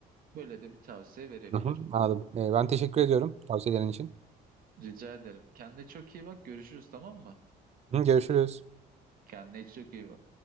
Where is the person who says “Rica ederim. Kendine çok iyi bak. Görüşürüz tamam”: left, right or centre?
Right